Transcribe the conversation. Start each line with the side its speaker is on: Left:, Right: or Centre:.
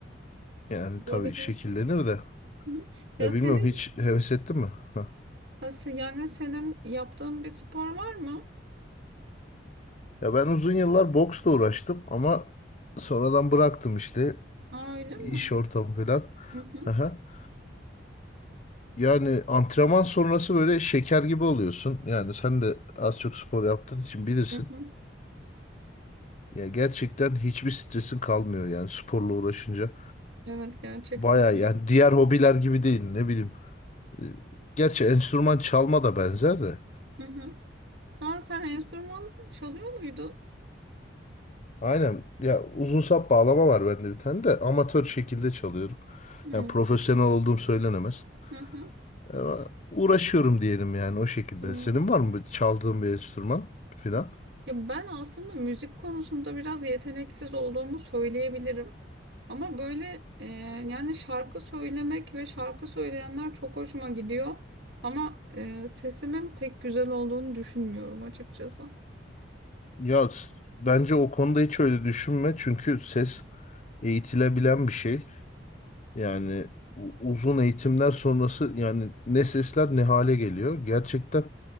Left: yani
Right: Olabilir.
Left: tabii şekillenir
Right: Hı
Left: de.
Right: hı. Ya
Left: Ya
Right: senin
Left: bilmiyorum hiç heves ettin mi? Heh.
Right: nasıl yani senin yaptığın bir spor var mı?
Left: Ya ben uzun yıllar boksla uğraştım ama sonradan bıraktım işte
Right: Aa öyle
Left: iş
Right: mi?
Left: ortamı falan.
Right: Hı hı.
Left: <laughs> Yani antrenman sonrası böyle şeker gibi oluyorsun. Yani sen de az çok spor yaptığın için bilirsin.
Right: Hı hı.
Left: Ya gerçekten hiçbir stresin kalmıyor yani sporla uğraşınca.
Right: Evet gerçekten.
Left: Baya yani diğer hobiler gibi değil ne bileyim. Ee, Gerçi enstrüman çalma da benzer de.
Right: Hı hı. Aa sen enstrüman çalıyor muydun?
Left: Aynen ya uzun sap bağlama var bende bir tane de amatör şekilde çalıyorum.
Right: Hı
Left: Yani
Right: hı.
Left: profesyonel olduğum söylenemez.
Right: Hı.
Left: Ama uğraşıyorum diyelim yani o şekilde.
Right: Hı.
Left: Senin var mı çaldığın bir enstrüman filan?
Right: Hı. Ya ben aslında müzik konusunda biraz yeteneksiz olduğumu söyleyebilirim. Ama böyle e, yani şarkı söylemek ve şarkı söyleyenler çok hoşuma gidiyor. Ama e, sesimin pek güzel olduğunu düşünmüyorum açıkçası.
Left: Ya s- bence o konuda hiç öyle düşünme çünkü ses eğitilebilen bir şey. Yani u- uzun eğitimler sonrası yani ne sesler ne hale geliyor. Gerçekten